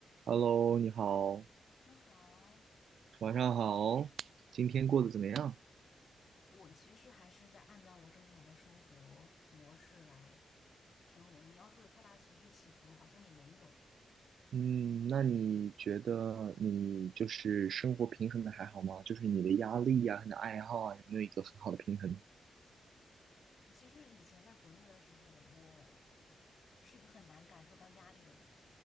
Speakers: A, on the right; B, on the left.
A: Hello，你好，
B: 晚上好，
A: 晚上好，今天过得怎么样？
B: 我其实还是在按照我正常的生活模式来生活。你要说有太大的情绪起伏，好像也没有。
A: 嗯，那你觉得你就是生活平衡的还好吗？就是你的压力呀、你的爱好啊，有没有一个很好的平衡？
B: 嗯，其实以前在国内的时候，我是一个很难感受到压力的人。